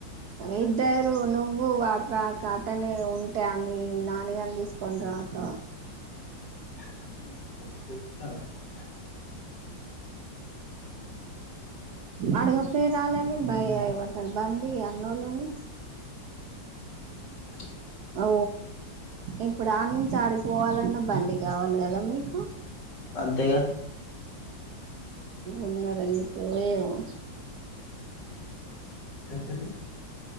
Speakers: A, on the right (about 65°); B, on the left (about 70°).
A: ఇద్దరు నువ్వు వా రాక అటనే ఉంటే అన్ని నానిగని తీసుకోని రాక
B: స్తవా
A: అడగపోయి రాలని భయ అవ తడ బండి అన్నోళ్ళని
B: ఆ
A: ఓ ఇప్పుడు ఆడి నుంచి ఆడికిపోవాలన్నా బండి కావాలి కదా మీకు
B: అంతేగా
A: ఉన్నారెందుకో ఏమో
B: చెతుకు